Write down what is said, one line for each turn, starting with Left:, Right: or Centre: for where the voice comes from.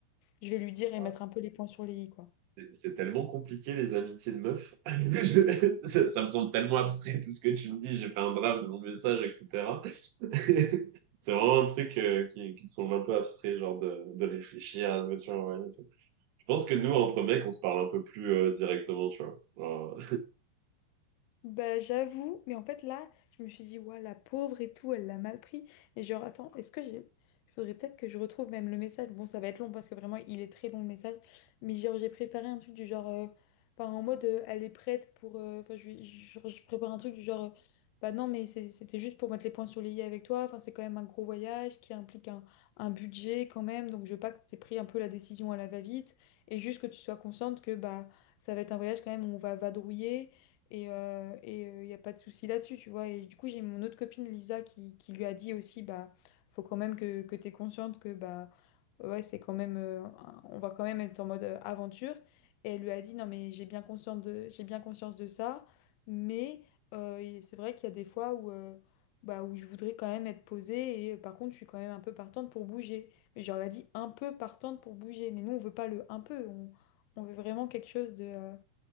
Left: je vais lui dire
Right: Voilà,
Left: et mettre un peu les points sur les i, quoi.
Right: C'est c'est tellement compliqué, les amitiés de meufs. <laughs> Je- ça, ça me semble tellement abstrait, tout ce que tu me dis. J'ai fait un draft de mon message, etc. <laughs> C'est vraiment un truc euh, qui, qui me semble un peu abstrait, genre de, de réfléchir à ce que tu as envoyé et tout. Je pense que nous, entre mecs, on se parle un peu plus euh, directement, tu vois.
Left: Bah j'avoue, mais en fait là, je me suis dit, ouais, la pauvre et tout, elle l'a mal pris. Et genre, attends, est-ce que j'ai... Il faudrait peut-être que je retrouve même le message. Bon, ça va être long parce que vraiment, il est très long le message. Mais genre, j'ai préparé un truc du genre... euh, Enfin, en mode, euh, elle est prête pour... euh, Enfin, je, lui- je, je prépare un truc du genre... euh, Bah non, mais c'est- c'était juste pour mettre les points sur les i avec toi. Enfin, c'est quand même un gros voyage qui implique un, un budget quand même. Donc, je veux pas que t'aies pris un peu la décision à la va-vite. Et juste que tu sois consciente que bah ça va être un voyage quand même où on va vadrouiller. Et euh, et, euh, y a pas de souci là-dessus, tu vois. Et du coup, j'ai mon autre copine Lisa qui, qui lui a dit aussi, bah, faut quand même que, que tu consciente que, bah, ouais, c'est quand même, euh, un- on va quand même être en mode euh, aventure. Et elle lui a dit, non, mais j'ai bien conscience de, j'ai bien conscience de ça, mais euh, et c'est vrai qu'il y a des fois où, euh, bah, où je voudrais quand même être posée et euh, par contre, je suis quand même un peu partante pour bouger. Mais genre, elle a dit un peu partante pour bouger. Mais nous, on veut pas le un peu, on, on veut vraiment quelque chose de. euh,